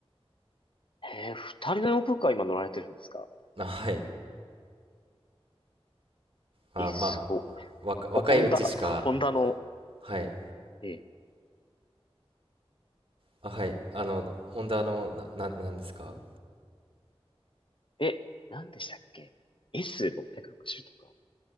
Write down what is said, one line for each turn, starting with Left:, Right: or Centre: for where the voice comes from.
Left: へえ二人のオープンカー今乗られてるんですか
Right: あはい。あ、
Left: え、すごい。
Right: まあ、若、
Left: ほ、
Right: 若いうちしか、
Left: ホンダ、ホンダの
Right: はい。
Left: え
Right: あ、はい。あの、ホンダの、な、な、なんですか
Left: え、え、何でしたっけ ?S660 とか。